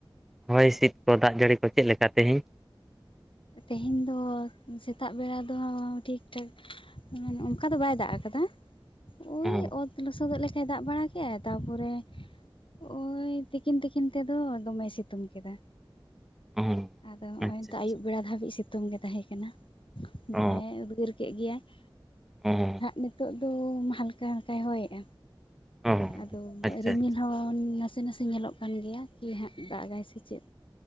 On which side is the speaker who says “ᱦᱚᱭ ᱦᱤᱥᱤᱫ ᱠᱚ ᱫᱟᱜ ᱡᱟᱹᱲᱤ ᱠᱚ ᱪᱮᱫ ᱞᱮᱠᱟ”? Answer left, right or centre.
Centre